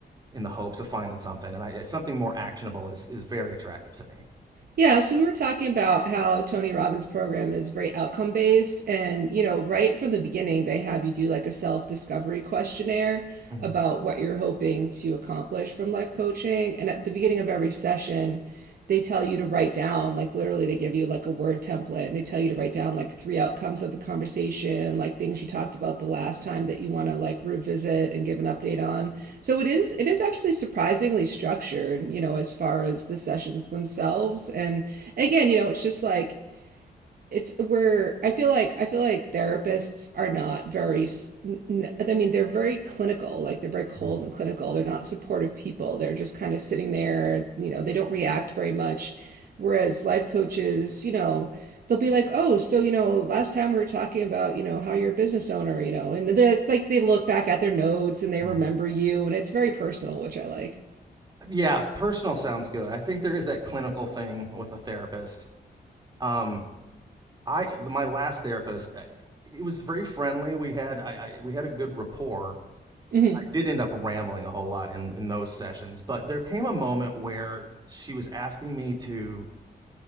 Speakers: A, on the right (about 25°); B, on the right (about 60°).
A: in the hopes of finding something. And I, something more actionable is, is very attractive to me.
B: Yeah, so we were talking about how Tony Robbins' program is very outcome based. And, you know, right from the beginning, they have you do like a self discovery questionnaire
A: Mm-hmm.
B: about what you're hoping to accomplish from life coaching. And at the beginning of every session, they tell you to write down, like literally, they give you like a word template and they tell you to write down like three outcomes of the conversation, like things you talked about the last time that you want to like revisit and give an update on. So it is it is actually surprisingly structured, you know, as far as the sessions themselves. And again, you know, it's just like it's where I feel like I feel like therapists are not very I mean they're very clinical like they're very cold
A: Mm-hmm.
B: and clinical they're not supportive people they're just kind of sitting there you know they don't react very much whereas life coaches you know they'll be like oh so you know last time we were talking about you know how you're a business owner you know and they like, like they look back at their notes and they
A: Mm-hmm.
B: remember you and it's very personal which I like
A: Yeah, personal sounds good. I think there is that clinical thing with a therapist. Um, I my last therapist, uh, it was very friendly. We had I, I we had a good rapport.
B: hmm
A: I did end up rambling a whole lot in in those sessions, but there came a moment where she was asking me to